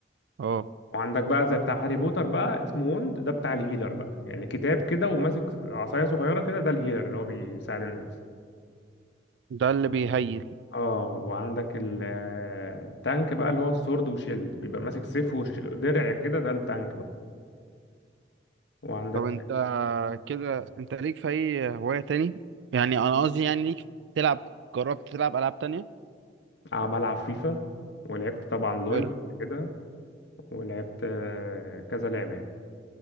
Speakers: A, on the right; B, on the left.
A: اه
B: وعندك بقى زي بتاع هاري بوتر بقى اسمه وند ده بتاع الهيلر بقى يعني كتاب كده وماسك عصايه صغيره كده ده الهيلر اللي هو بيساعد الناس
A: ده اللي بيهيل
B: اه وعندك ال- آه، التانك بقى اللي هو السورد وشيلد بيبقى ماسك سيف ودرع كده ده التانك بقى وعندك
A: طب انت كده انت ليك في اي هواية تاني يعني انا قصدي يعني ليك تلعب جربت تلعب ألعاب تانية
B: ع- بلعب فيفا ولعبت طبعا لول
A: حلو
B: قبل كده ولعبت آه، كذا لعبة يعني